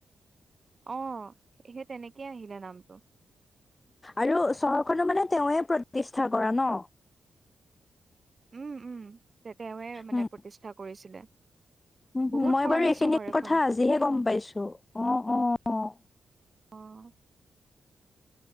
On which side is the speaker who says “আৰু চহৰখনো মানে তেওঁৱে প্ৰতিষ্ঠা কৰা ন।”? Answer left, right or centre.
Left